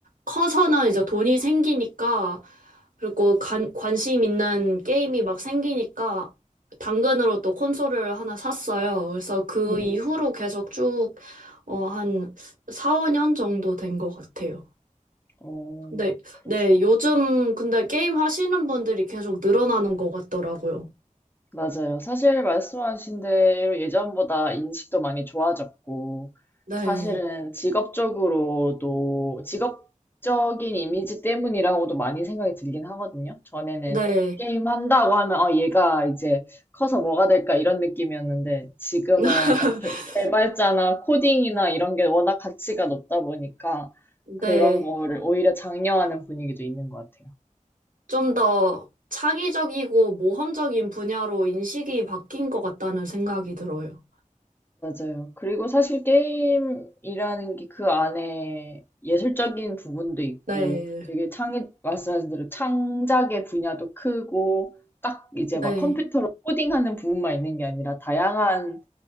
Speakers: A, on the right; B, on the left.
A: 커서는 이제 돈이 생기니까 그리고 관, 관심 있는 게임이 막 생기니까 당근으로 또 콘솔을 하나 샀어요. 그래서 그
B: 음,
A: 이후로 계속 쭉 어, 한 4, 5년 정도 된 것 같아요.
B: 어,
A: 네,
B: 그렇죠.
A: 네, 요즘 근데 게임 하시는 분들이 계속 늘어나는 것 같더라고요.
B: 맞아요. 사실 말씀하신 대로 예전보다 인식도 많이 좋아졌고,
A: 네,
B: 사실은 직업적으로도, 직업적인 이미지 때문이라고도 많이 생각이 들긴 하거든요. 전에는
A: 네,
B: 게임 한다고 하면, 어, 얘가 이제 커서 뭐가 될까 이런 느낌이었는데, 지금은
A: <laughs>
B: 이렇게 개발자나 코딩이나 이런 게 워낙 가치가 높다 보니까, 그런
A: 네.
B: 거를 오히려 장려하는 분위기도 있는 것 같아요.
A: 좀 더 창의적이고 모험적인 분야로 인식이 바뀐 것 같다는 생각이 들어요.
B: 맞아요. 그리고 사실 게임이라는 게 그 안에 예술적인 부분도 있고
A: 네,
B: 되게 창의, 말씀하신 대로 창작의 분야도 크고 딱 이제 막
A: 네,
B: 컴퓨터로 코딩하는 부분만 있는 게 아니라 다양한